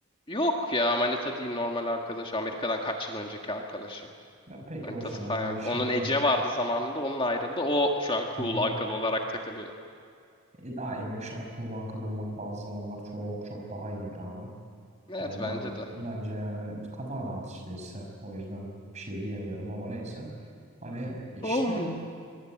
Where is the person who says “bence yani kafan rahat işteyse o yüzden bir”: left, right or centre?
Right